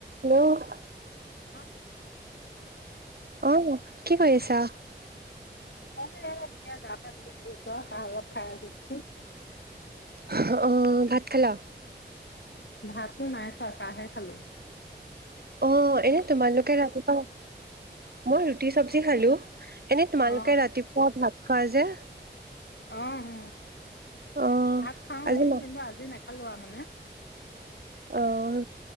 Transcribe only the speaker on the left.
অ
মই এতিয়া গা পা ধুই, যাব গৈছো আ চাল খাইাই দিছো
ভাতটো নাই খোৱা, চাহহে খালোঁ।
অ অ
অ' উম।
ভাত খাও,
কিন্তু আজি নাখালো আৰু মানে।